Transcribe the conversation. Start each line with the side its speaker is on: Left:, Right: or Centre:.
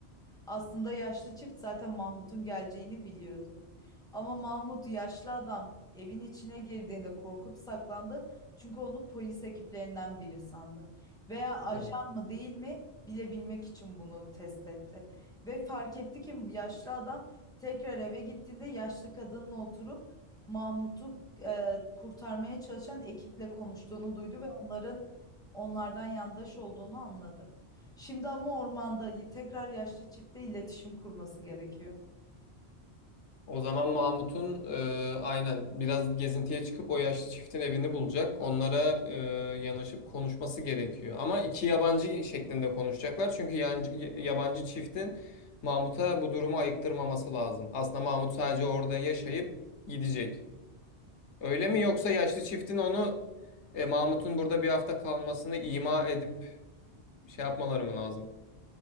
Centre: Aslında yaşlı çift zaten Mahmut'un geleceğini biliyordu. Ama Mahmut yaşlı adam evin içine girdiğinde korkup saklandı. Çünkü onu polis ekiplerinden biri sandı. Veya ajan
Left: Evet.
Centre: mı değil mi bilebilmek için bunu test etti. Ve fark etti ki yaşlı adam tekrar eve gittiğinde yaşlı kadınla oturup Mahmut'u e, kurtarmaya çalışan ekiple konuştuğunu duydu ve onların onlardan yandaş olduğunu anladı. Şimdi ama ormanda tekrar yaşlı çifte iletişim kurması gerekiyor.
Left: O zaman Mahmut'un e, aynen biraz gezintiye çıkıp o yaşlı çiftin evini bulacak. Onlara e, yanaşıp konuşması gerekiyor. Ama iki yabancı şeklinde konuşacaklar. Çünkü yancı- yabancı çiftin Mahmut'a bu durumu ayıktırmaması lazım. Aslında Mahmut sadece orada yaşayıp gidecek. Öyle mi yoksa yaşlı çiftin onu e, Mahmut'un burada bir hafta kalmasını ima edip şey yapmaları mı lazım?